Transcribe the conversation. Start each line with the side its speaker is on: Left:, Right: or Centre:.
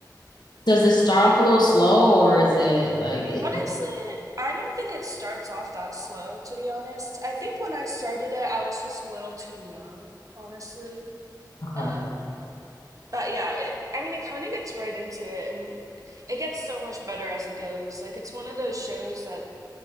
Left: does it start off a little slow or is it like it,
Right: Honestly, I don't think it starts off that slow, to be honest. I think when I started it, I was just a little too young, honestly.
Left: okay.
Right: um. But yeah, it, I mean, it kind of gets right into it and it gets so much better as it goes. Like, it's one of those shows that